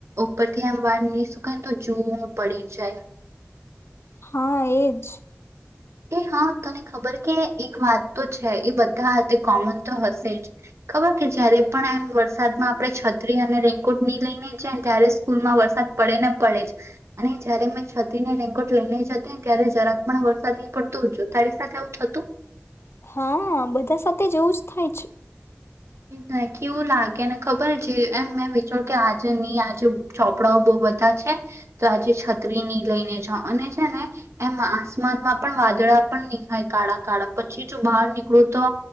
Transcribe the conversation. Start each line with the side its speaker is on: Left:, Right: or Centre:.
Right: ઉપર થી એમ વાર નહી સુકાયને તો જોવું પડી જાય
Left: હા એજ
Right: એ હા તને ખબર કે એક વાત તો છે એ બધા કોમન તો હશે જ ખબર કે જયારે પણ એમ વરસાદમાં આપડણે છત્રી અને રેન્કોટ નહી લઈને જાયને ત્યારે સ્કૂલમાં વરસાદ પડે ને પડે જ અને જયારે મેં છત્રીને રેન્કોટ લઈને જતી ને ત્યારે જરાક પણ વરસાદી પડત જો તારી સાથે આવું થતું
Left: હા બધા સાથે જેવું જ થાય છે
Right: નાકી એવું લાગે ને ખબર જે એમ મેં વિચાર કે આજે નહી આજે ચોપડાઓ બહ બધા છે તો આજે છત્રી નની લઈને જાઓ અને છે ને એમ આસમાનમાં પણ વાદળા પણ નહીં થાય કાળા કાળા પછી જો બહાર નીકળું તો